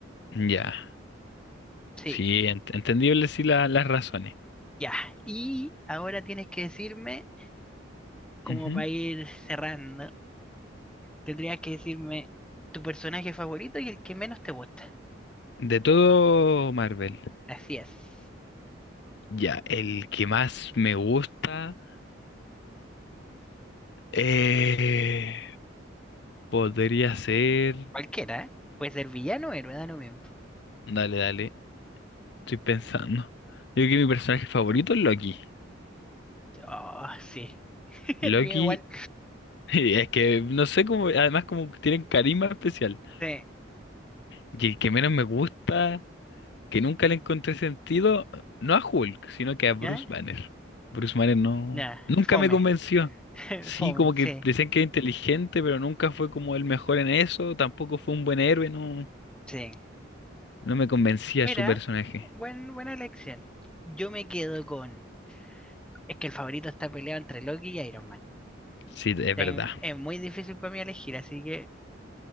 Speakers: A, on the left (about 55°); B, in the centre.
A: Ya.
B: Sí,
A: Sí, ent- entendible sí la- las razones.
B: ya. Y ahora tienes que decirme, como
A: Ujú.
B: para ir cerrando, tendrías que decirme tu personaje favorito y el que menos te gusta.
A: De todo Marvel.
B: Así es.
A: Ya, el que más me gusta... eh, Podría ser.
B: Cualquiera, ¿eh? Puede ser villano o héroe, da lo mismo.
A: Dale, dale. Estoy pensando. Yo creo que mi personaje favorito es Loki.
B: Oh, sí. <laughs>
A: Loki,
B: El mío igual.
A: <laughs> es que no sé cómo. Además, como que tienen carisma especial.
B: Sí.
A: Y el que menos me gusta, que nunca le encontré sentido, no a Hulk, sino que a Bruce
B: ¿Eh?
A: Banner. Bruce Banner no.
B: Ya,
A: Nunca
B: fome.
A: me convenció.
B: <laughs>
A: Sí,
B: Fome,
A: como
B: sí.
A: que decían que era inteligente, pero nunca fue como el mejor en eso. Tampoco fue un buen héroe, no.
B: Sí.
A: No me convencía
B: Mira,
A: su personaje.
B: buen, buena elección. Yo me quedo con. Es que el favorito está peleado entre Loki y Iron Man.
A: Sí, es
B: Ten-
A: verdad.
B: es muy difícil para mí elegir, así que